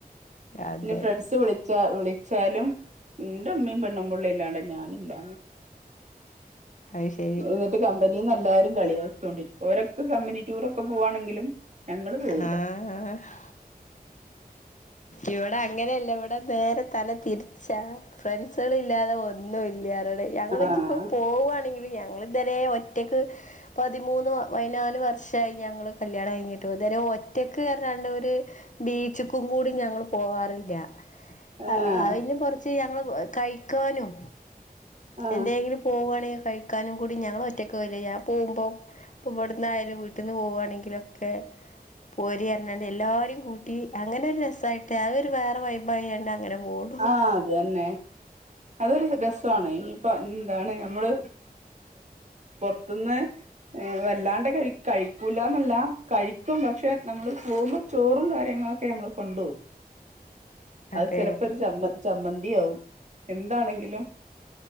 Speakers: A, on the left; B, on the right.
A: അതെ
B: നി ഫ്രെണ്ട്സ്‌ വ്ളി ച്ച വിളിച്ചാലും എന്റെ അമ്മീ പെണ്ണും പുള്ളി ഇല്ലാണ്ട് ഞാനില്ലാന്ന്.
A: അത് ശരി
B: എന്നിട്ട് കം മ്പനീന്നെല്ലാരും കളിയാക്കൊണ്ടിരിക്കും ഓരെക്കെ കമ്പനിടൂറക്കെ പോവാണെങ്കിലും. ഞങ്ങള് പോവില്ല
A: ആഹ് ഹഹ ഇവടെങ്ങനല്ല ഇവടെ നേരെ തല തിരു ച്ചാ ഫ്രണ്ട്സെളില്ലാതെ ഒന്നും ഇല്ലാറോടെ ഞങ്ങെള്
B: ആഹ്
A: ജ്ജ്പ്പോ പോവാണെങ്കിലും ഞങ്ങള് ഇതരെ ഒറ്റക്ക് പതിമൂന്ന് പയിനാല് വർഷായി ഞങ്ങള് കല്യാണം കഴിഞ്. റ്റുതരെ ഒറ്റക്കെർഞാണ്ട് ഒര് ബീച്ച്ക്ക്‌ കൂടി ഞങ്ങള് പോവാറില്ല. അ
B: ആഹ്
A: അയിന് പറച്ച് ഞങ്ങള് പ കഴിക്കാനും.
B: ആഹ്
A: എന്തെങ്കിലും പോവാണെങ്കി കഴി ക്കാനുംകൂടി ഞങ്ങള് ഒറ്റക്കോ വലില്ല ഞാ പൊമ്പോ പ വ്ട്ന്നായാലും വീട്ടിന്ന് പോവാണെങ്കിലൊക്കെ പോരിഅർഞ്ഞാണ്ട് എല്ലാരി കൂട്ടി അങ്ങനെഒരുരസായിട്ട് അതൊരു വേറെ വൈബായാണ്ട് അങ്ങനെ പോവോൾ
B: ആഹ് അതന്നെ അതൊരു രസാണ് ഇനിയിപ്പൊ ന്താണ് അമ്മള് പൊർത്തുന്ന് ഏ വല്ലാണ്ട് കയ് കഴിക്കൂലന്നല്ല കഴിക്കും പക്ഷെ നമ്മള് പോമ്പോ ചോറും കാര്യങ്ങളൊക്കെ ഞമള് കൊണ്ടോവും അത്
A: അതെ
B: ചെലപ്പോ ഒരു ചമ്മ ചമ്മന്തിയാവും എന്താണെങ്കിലും